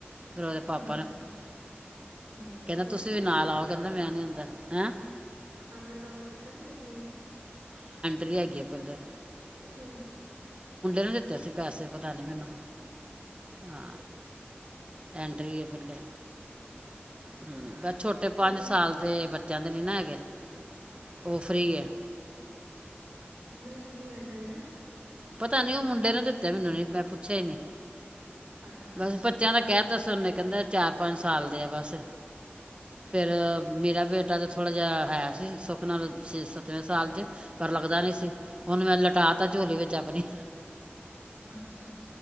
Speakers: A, on the right; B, on the right.
A: ਫੇਰ ਉਹਦੇ ਪਾਪ
B: ਅੱਛਾ, ਹਮ ਤੇ
A: ਤੁਸੀਂ
B: ਟਿਕਟ
A: ਨਾਲ
B: ਵੀ ਅੰਦਰ
A: ਆਓ
B: ਜਾਣ
A: ਕਹਿੰਦਾ ਮੈਂ
B: ਦੀ।
A: ਨਹੀਂ ਅੰਦਰ ਹੈਂ
B: ਅੰਦਰ ਜਾਣ ਦੀ ਟਿਕਟ ਵੀ ਹੈਗੀ ਹੈ।
A: ਰੈ ਗੀਏ ਪੈਂਲੇ।
B: ਕਿਨੂੰ।
A: ਨੇ ਦਿੱਤੇ ਸੀ ਪੈਸੇ ਪਤਾ ਨਹੀਂ ਮੈਨੂੰ ਹਾਂ ਐਂਟਰੀ ਏ ਪੈਲੇ ਹਮ, ਬਸ ਛੋਟੇ
B: ਕਿੰਨੀ?
A: ਪੰਜ ਸਾਲ ਦੇ ਬੱਚਿਆਂ ਦੇ ਨੀ ਨਾ ਹੈਗੇ ਔ ਫ੍ਰਰੀ ਏ।
B: ਨਹੀਂ, ਕਿੰਨੀ ਐਂਟਰੀ ਐ?
A: ਪਤਾ ਨੀ ਔ ਮੁੰਡੇ ਨੇ ਦੀ ਤੇ ਮੈਨੂੰ ਨੀ ਮੈਂ ਪੁੱਛਿਆ ਈ ਨੀ।
B: ਅੱਛਾ,
A: ਬਸ ਬੱਚਿਆਂ ਦਾ ਕੈ ਤਾਸੀ ਔਨੇ ਕੈਂਦੈ ਚਾਰ ਪੰਜ ਸਾਲ ਦੇ ਆ ਬਾ ਸ ਫੇਰ ਮੇਰਾ ਬੇਟਾ ਤਾਂ ਥੋੜਾ ਜਾ ਹੈ ਸੀ ਸੁੱਖ ਨਾਲ ਛੇ ਸੱਤਵੇਂ ਸਾਲ ਚ ਪਰ ਲੱਗਦਾ ਨੀ ਸੀ, ਔਨੂੰ ਮੈਂ ਲਟਾ ਤਾ ਝੋਲੀ ਬੱਚਾ ਬਣੀ,
B: ਅੱਛਾ,